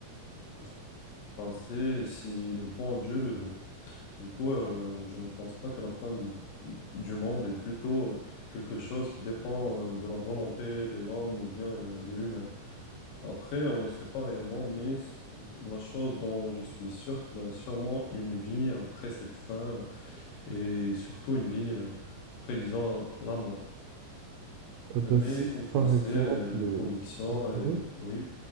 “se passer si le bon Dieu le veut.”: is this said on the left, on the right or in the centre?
Left